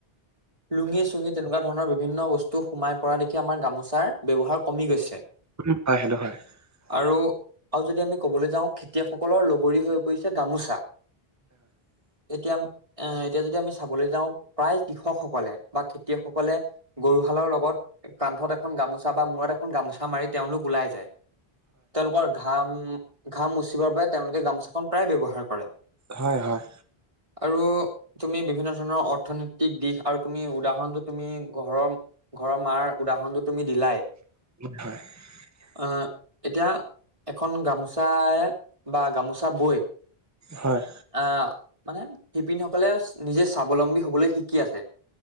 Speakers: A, on the right (about 30°); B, on the right (about 15°).
A: লুঙি-চুঙি তেনেকুৱা ধৰণৰ বিভিন্ন বস্তু সোমাই <unintelligible> পৰা দেখি আমাৰ গামোচাৰ ব্যৱহাৰ কমি গৈছে।
B: উম হয় সেইটো হয় <unintelligible>
A: আৰু-আৰু যদি আমি ক'বলৈ যাওঁ খেতিয়কসকলৰ লগৰী হৈ পৰিছে গামোচা। এতিয়া এৱ এতিয়া যদি আমি চাবলৈ যাওঁ প্ৰায় কৃষকসকলে বা খেতিয়কসকলে গৰু হালৰ লগত কান্ধত এখন গামোচা বা মূৰত এখন গামোচা মাৰি তেওঁলোক ওলাই যায়। তেওঁলোকৰ ঘাম-ঘাম মুচিবৰ বাবে তেওঁলোকে গামোচাখন প্ৰায় ব্যৱহাৰ কৰে।
B: হয়-হয়
A: আৰু তুমি বিভিন্ন ধৰণৰ অৰ্থনৈতিক দিশ আৰু তুমি উদাহৰণটো তুমি ঘৰৰ ঘৰৰ মাৰ উদাহৰণটো তুমি দিলাই
B: <unintelligible>
A: <unintelligible> এতিয়া এখন গামোচা বা গামোচা বৈ
B: হয়
A: আহ মানে শিপিনীসকলে নিজে স্বাৱলম্বী হবলৈ শিকি আছে